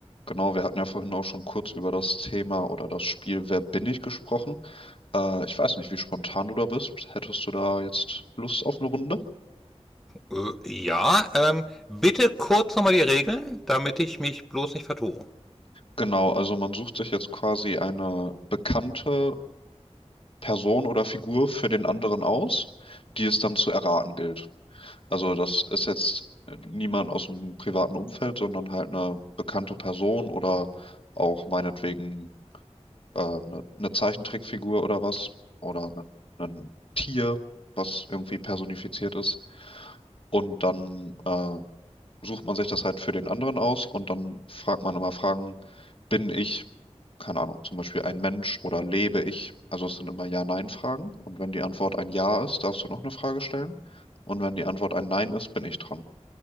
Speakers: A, on the left (about 50°); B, in the centre.
A: Genau, wir hatten ja vorhin auch schon kurz über das Thema oder das Spiel Wer bin ich gesprochen. Äh, ich weiß nicht, wie spontan du da bist. Hättest du da jetzt Lust auf eine Runde?
B: Äh, ja, ähm, bitte kurz nochmal die Regeln, damit ich mich bloß nicht vertue.
A: Genau, also man sucht sich jetzt quasi eine bekannte Person oder Figur für den anderen aus, die es dann zu erraten gilt. Also das ist jetzt niemand aus dem privaten Umfeld, sondern halt eine bekannte Person oder auch meinetwegen eine, eine Zeichentrickfigur oder was oder ein, ein Tier, was irgendwie personifiziert ist. Und dann äh, sucht man sich das halt für den anderen aus und dann fragt man immer Fragen, bin ich, keine Ahnung, zum Beispiel ein Mensch oder lebe ich? Also es sind immer Ja-Nein-Fragen. Und wenn die Antwort ein Ja ist, darfst du noch eine Frage stellen. Und wenn die Antwort ein Nein ist, bin ich dran.